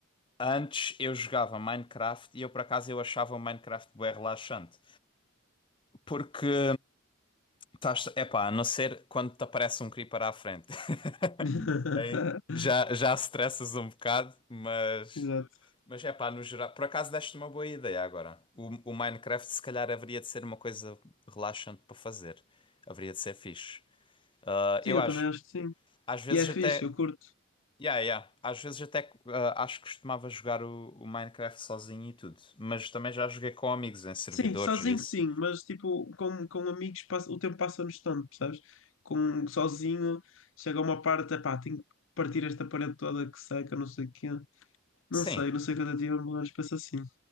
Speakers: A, on the left; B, on the left.
A: antes eu jogava Minecraft e eu, por acaso, eu achava o Minecraft bem relaxante. Porque, estás, epá, a não ser quando te aparece um creeper à frente. <laughs>
B: <laughs>
A: Aí já, já stressas um bocado, mas...
B: Exato.
A: Mas, epá, no geral... Por acaso, deste uma boa ideia agora. O, o Minecraft, se calhar, haveria de ser uma coisa relaxante para fazer. Haveria de ser fixe. Ah,
B: Sim,
A: eu
B: eu
A: acho...
B: também acho que sim.
A: Às vezes
B: E é
A: até
B: fixe, eu curto.
A: Yeah, yeah. Às vezes até ah, acho que costumava jogar o, o Minecraft sozinho e tudo, mas também já joguei com amigos em servidores
B: Sim, sozinho
A: e isso.
B: sim, mas tipo, com, com amigos passa- o tempo passa-nos tanto, percebes? Com, sozinho chega a uma parte, epá, tenho que partir esta parede toda que seca, não sei o quê. Não
A: Sim,
B: sei, não sei quanto a ti, mas penso assim.